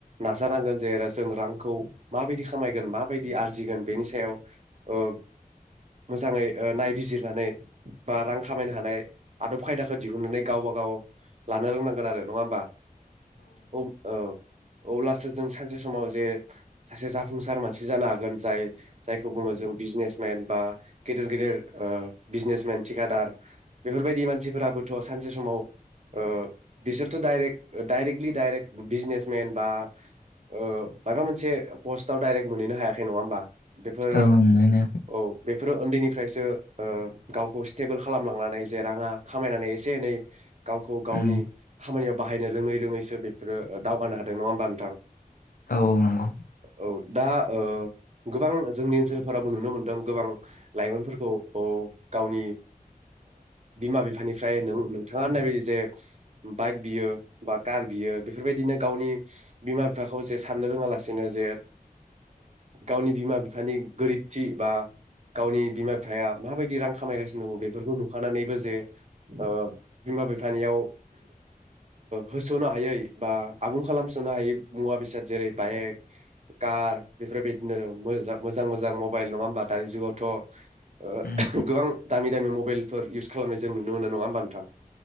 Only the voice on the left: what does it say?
औ ओं मोनो
उम
औ औ नंगौ
उम